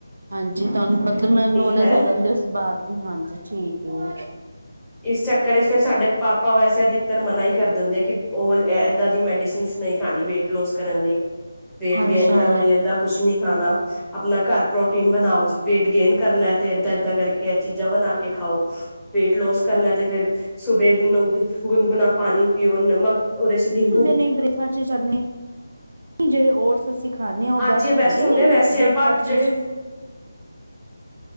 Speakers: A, on the right; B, in the centre.
A: ਹਾਂਜੀ ਤੁਹਾਨੂੰ ਮਤਲਬ ਨੋਲੇਜ
B: ਹੈ
A: ਹੋ ਜਾਂਦੀ ਉਸ ਬਾਅਦ ਦੀ ਹਾਂਜੀ ਠੀਕ ਹੈ।
B: ਇਸ। ਘ ਫਿਰ ਸਾਡੇ ਪਾਪਾ ਵੈਸੇ ਅਧਿਕਤਤਰ ਮਨਾ ਹੀ ਕਰ ਦਿੰਦੇ ਆ ਕਿ ਉਹ ਇੱਦਾਂ ਦੀ ਮੈਡੀਸਨਸ ਨਹੀਂ ਖਾਣੀ ਵੇਟ ਲੋਸ ਕਰਨ ਲਈ ਵੇਟ
A: ਅੱਛਾ,
B: ਗੇਨ ਕਰਨ ਲਈ ਏਦਾਂ ਕੁਛ ਨੀ ਖਾਣਾ ਆਪਣਾ ਘਰ ਪਰੋ ਨ ਬਣਾਓ ਜੇ ਵੇਟ ਗੇਨ ਕਰਨਾ ਤੇ ਏਦਾਂ ਏਦਾਂ ਕਰਕੇ ਚੀਜ਼ਾਂ ਬਣਾ ਕੇ ਖਾਓ। ਵੇਟ ਲੋਸ ਕਰਨਾ ਤੇ ਫੇਰ ਸੁਬੇ ਗੁਣਗੁਣਾ ਪਾਣੀ ਪੀਓ ਨਮਕ ਦੇ ਚ ਨਿੰਬੂ
A: ਬ੍ਰਸਾਂ ਚ ਚੱਲੇ ਜਿਹੜੇ ਰਸ ਅੱਸੀ <unintelligible> ਖਾਂਦੇ ਆ ਉਹ
B: ਹਾਂਜੀ
A: ਬੈਸਟ
B: ਇਹ
A: ਹੁੰਦੇ ਨੇ
B: ਵੈਸੇ
A: ਬ੍ਰੇਕਫਾਸਟ
B: ਆਪਾਂ ਜਿਹੜੇ
A: ਵਿੱਚ